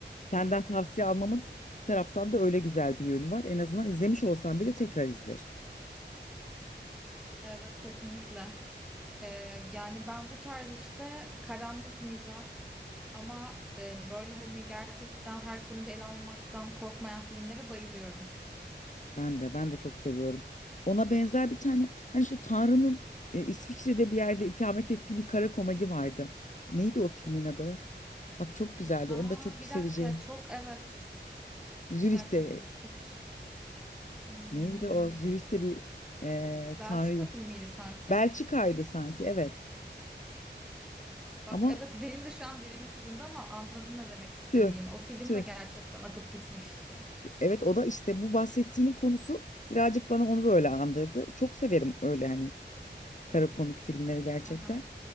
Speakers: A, on the left; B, in the centre.
A: senden tavsiye almamın taraftan da öyle güzel bir yönü var. En azından izlemiş olsam bile tekrar izlerim.
B: Evet kesinlikle. E, yani ben bu tarz işte karanlık mizah ama e, böyle hani gerçekten her konuyu da ele almaktan korkmayan filmlere bayılıyorum.
A: Ben de ben de çok seviyorum. Ona benzer bir tane hani şu Tanrı'nın e, İsviçre'de bir yerde ikamet ettiği bir kara komedi vardı. Neydi o filmin adı? Bak çok güzeldi.
B: Aa
A: Onu da çok
B: bir
A: seveceğin.
B: dakika çok evet.
A: Zürih'te
B: Bir dakika dur Kut. Hmm,
A: neydi o? Zürih'te bir e,
B: Belçika
A: Tanrı'yı.
B: filmiydi sanki.
A: Belçika'ydı sanki evet.
B: Bak
A: Ama
B: evet benim de şu an dilimin ucunda ama anladın ne demek istediğin.
A: tüh
B: O film
A: tüh.
B: de gerçekten akıp gitmişti.
A: Evet o da işte bu bahsettiğinin konusu birazcık bana onu böyle andırdı. Çok severim öyle hani Kara komik filmleri gerçekten.
B: Aha.